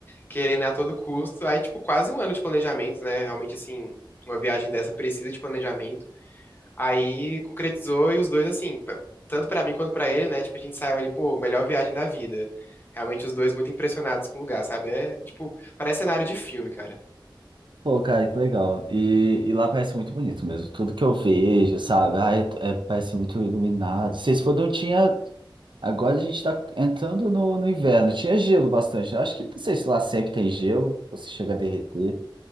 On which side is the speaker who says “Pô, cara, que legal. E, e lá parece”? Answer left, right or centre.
Right